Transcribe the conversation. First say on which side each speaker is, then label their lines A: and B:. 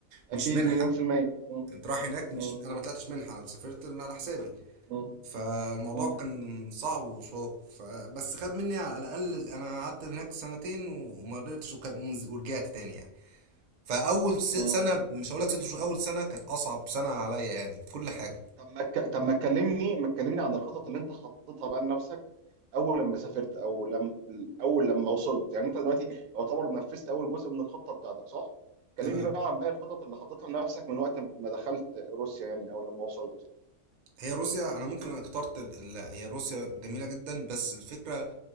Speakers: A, on the right; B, on the right.
A: اكيد
B: مش منحه
A: مليون في المية مم.
B: انت رايح هناك مش
A: مم.
B: انا ما طلعتش منحه انا سافرت من على حسابي
A: مم.
B: فالموضوع
A: مم.
B: كان صعب وشاق فبس خد مني على الاقل انا قعدت هناك سنتين وما قدرتش وكان- ورجعت تاني يعني فاول س-
A: مم.
B: سنه مش هقول لك ست شهور اول سنه كانت اصعب سنه عليا يعني في كل حاجه
A: طب ما ك... طب ما تكلمني ما تكلمني عن الخطط اللي انت حطيتها بقى لنفسك اول لما سافرت او لما اول لما وصلت يعني انت دلوقتي يعتبر نفذت اول جزء من الخطة بتاعتك صح؟ كلمني
B: تمام
A: بقى عن باقي الخطط اللي حطيتها لنفسك من وقت ما دخلت روسيا يعني او لما وصلت
B: هي روسيا انا ممكن انا اخترت ال... ال... هي روسيا جميله جدا بس الفكره